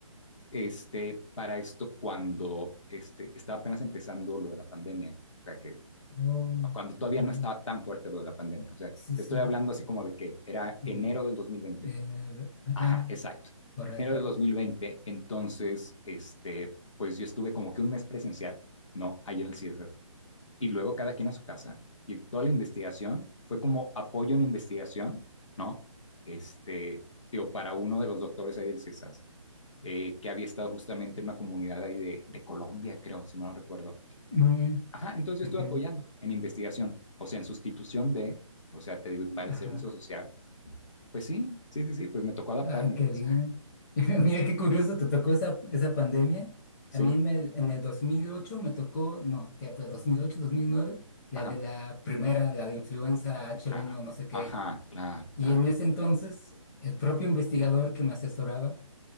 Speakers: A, on the left; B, on the left.
A: este, para esto cuando este, estaba apenas empezando lo de la pandemia. O sea, que
B: Oh,
A: cuando todavía
B: ujú.
A: no estaba tan fuerte lo de la pandemia. O sea, te
B: Sí, sí.
A: estoy hablando así como de que era
B: ujú.
A: enero del 2020.
B: Eh, ve- ajá,
A: Ajá, exacto.
B: por
A: Enero
B: ahí, por
A: del 2020.
B: ahí.
A: Entonces, este, pues yo estuve como que un mes presencial, ¿no? Ahí en el CIESAS. Y luego cada quien a su casa. Y toda la investigación fue como apoyo en investigación, ¿no? Este, digo, para uno de los doctores ahí del CIESAS, eh, que había estado justamente en una comunidad ahí de, de Colombia, creo, si mal no recuerdo
B: Ujú,
A: Ajá, entonces yo
B: ujú,
A: estuve apoyando en investigación, o sea, en sustitución de, o sea, te digo, y para el
B: Ajá.
A: servicio social. Pues sí, sí, sí, sí, pues me tocó adaptarme,
B: Ah, qué
A: pues.
B: bien. <laughs> Mira, qué curioso, te tocó esa, esa pandemia.
A: Sí,
B: A mí me- en el 2008 me tocó, no, ¿qué fue? ¿dos mil ocho, dos mil nueve, la
A: ajá,
B: de la primera, la de influenza h
A: claro,
B: uno, no sé qué.
A: ajá, claro,
B: Y
A: claro.
B: en ese entonces, el propio investigador que me asesoraba,